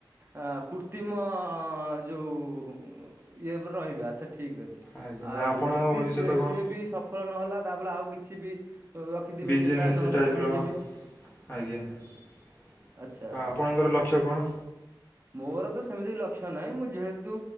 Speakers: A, on the right; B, on the left.
A: ଆଁ କୁର୍ତିମ ଯୋଉ ଉଁ ଇଏ ଉପରେ ରହିବେ ଆଚ୍ଛା ଠିକ୍ ଅଛି
B: ଆଜ୍ଞା
A: ଆଉ
B: ଆପଣଙ୍କ
A: ଯଦି
B: ଭବିଷ୍ୟତ
A: ସିଏ
B: କଣ
A: ସିଏ ବି ସ ଫଳ ନହେଲା ତାପଲେ ଆଉ କିଛି ବି ଲଖିଥିବେ
B: ବିଜନେସ୍
A: କି ଏଟା ନହେଲେ
B: ଟାଇପ୍ର
A: ଏଟା ହେଇଯିବି।
B: ଆଜ୍ଞା ଆଉ
A: ଆଚ୍ଛା ଆଚ୍ଛା।
B: ଆପଣଙ୍କର ଲକ୍ଷ୍ୟ କଣ?
A: ମୋର ତ ସେମିତି ଲକ୍ଷ୍ୟ ନାଇଁ ମୁଁ ଯେହେତୁ